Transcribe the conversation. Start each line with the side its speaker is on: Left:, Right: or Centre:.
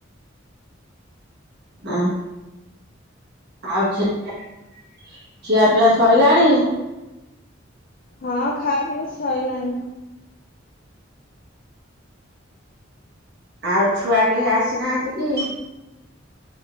Right: ଆଉ ଆଉ <unintelligible> ଖିଆ ପିଆ ସଇଲାଣି।
Left: ହଁ ଖାଅ ପିଅ ସଇଲାଣିି।
Right: ଆଉ ଛୁଆ କେହି ଆସିନାହାନ୍ତି କି?